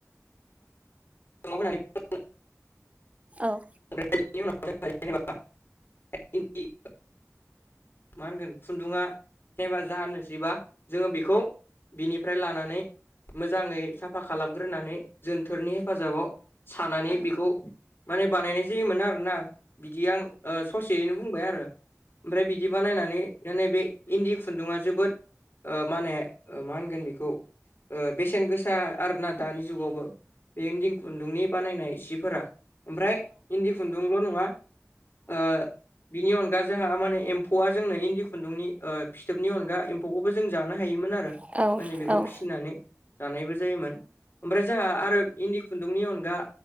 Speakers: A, on the left (about 45°); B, on the right (about 25°).
A: <unintelligible>
B: औ।
A: <unintelligible> मा होनगोन खुन्दुङा जेनबा जानोसैबा जोङो बेखौ बिनिफ्राय लानानै मोजाङै साफा खालामग्रोनानै जोनथोरनि हेफाजाबाव सानानै बेखौ माने बानायनाय जायोमोन आरोना बिदि आं ओ ससेयैनो बुंबाय आरो। ओमफ्राय बिदि बानायनानै दा नैबे इन्दि खुन्दुङा जोबोद ओ मा होने मा होनगोन बेखौ बेसेन गोसा आरोना दानि जुगावबो। बे इन्दि खुन्दुंनि बानायनाय सिफोरा ओमफ्राय इन्दि खुन्दुंल' नङा ओ बिनि अनगा जोंहा माने एम्फौआ जोंनो इन्दि खुन्दुंनि ओ फिथोबनि अनगा एम फौखौबो जों जानो हायोमोन आरो।
B: औ औ
A: माने बेखौ
B: औ औ
A: फिसिनानै जानायबो जायोमोन ओमफ्राय जोंहा आरो इन्दि खुन्दुंनि अनगा